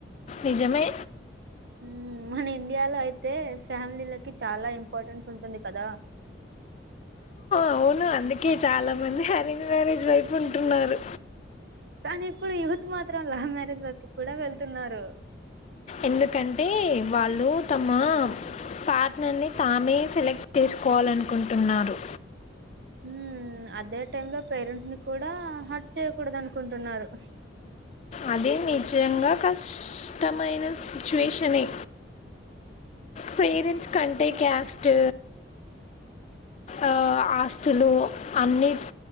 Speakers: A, on the left (about 35°); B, on the right (about 60°).
A: నిజమే.
B: హ్మూ మన ఇండియాలో అయితే ఫ్యామిలీలకి చాలా ఇంపార్టెన్స్ ఉంటుంది కదా.
A: అవును అందుకే చాలా మంది అరేంజ్ మ్యారేజ్ వైపు ఉంటున్నారు.
B: కానీ ఇప్పుడు యూత్ మాత్రం లవ్ మ్యారేజ్ వైపు కూడా వెళ్తున్నారు.
A: ఎందుకంటే వాళ్ళు తమా పార్ట్నర్ ని తామే సెలెక్ట్ చేసుకోవాలనుకుంటున్నారు
B: హ అదే టైమ్ లో పేరెంట్స్ ని కూడా హట్ చేయకూడద అనుకుంటున్నారు
A: అది నిజంగా కష్టమైన సిచ్యువేషనే పేరెంట్స్ కంటే క్యాస్ట్ ఆ ఆస్తులు అన్ని